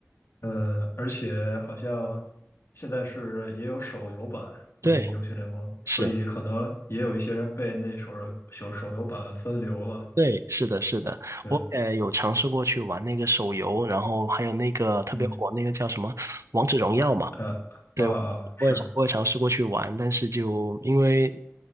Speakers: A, on the left; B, on the right.
A: 呃，而且好像现在是也有手游版的那个英雄联盟，
B: 对，
A: 所以可能也有一些人被那手游手手游版分流了。
B: 是，对，是的，是的，
A: 对，
B: 我也有尝试过去玩那个手游，然后还有那个特别火那个叫什么《王者荣耀》嘛。
A: 嗯，呃，
B: 对，
A: 啊啊，是，
B: 我也我也尝试过去玩，但是就因为